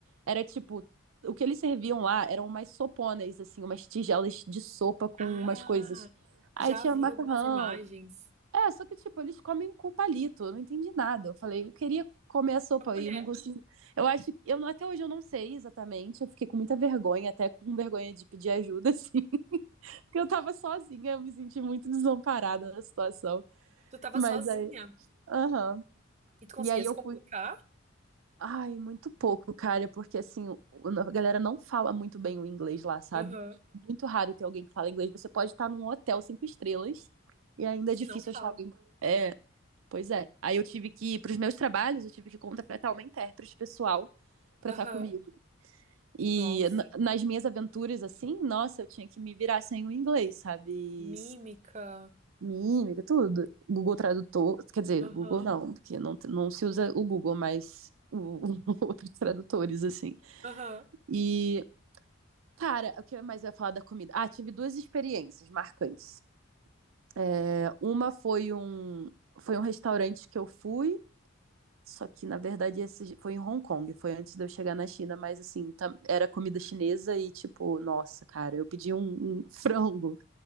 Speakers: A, on the right; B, on the right.
A: era tipo, o que eles serviam lá eram umas soponas, assim, umas tigelas de sopa com
B: Ah,
A: umas coisas. Aí
B: já
A: tinha
B: vi
A: macarrão.
B: algumas imagens.
A: É, só que, tipo, eles comem com palito. Eu não entendi nada. Eu falei, eu queria comer a sopa
B: A colher.
A: e não consegui. Eu acho que, eu, não- até hoje eu não sei exatamente. Eu fiquei com muita vergonha, até com vergonha de pedir ajuda, <laughs> assim. Porque eu tava sozinha, eu me senti muito desamparada na situação.
B: Tu tava
A: Mas
B: sozinha
A: aí, aham.
B: e tu conseguia
A: E aí
B: se
A: eu
B: comunicar?
A: fui. Ai, muito pouco, cara, porque assim, o- a galera não fala muito bem o inglês lá, sabe?
B: Aham.
A: Muito raro ter alguém que fala inglês. Você pode estar num hotel cinco estrelas e ainda
B: Que
A: é difícil
B: não fala.
A: achar alguém. É, pois é. Aí eu tive que, pros meus trabalhos, eu tive que contratar uma intérprete pessoal pra
B: Aham.
A: estar comigo. E
B: Nossa.
A: na- nas minhas aventuras, assim, nossa, eu tinha que me virar sem o inglês, sabe?
B: Mímica.
A: mímica, tudo. Google Tradutor, quer dizer,
B: Aham.
A: Google não, porque não, não se usa o Google, mas o- <laughs> outros tradutores, assim.
B: Aham.
A: E, cara, o que mais eu ia falar da comida? Ah, tive duas experiências marcantes. É, uma foi um, foi um restaurante que eu fui, só que, na verdade, esse foi em Hong Kong, foi antes de eu chegar na China, mas, assim, tam- era comida chinesa e, tipo, nossa, cara, eu pedi um um frango,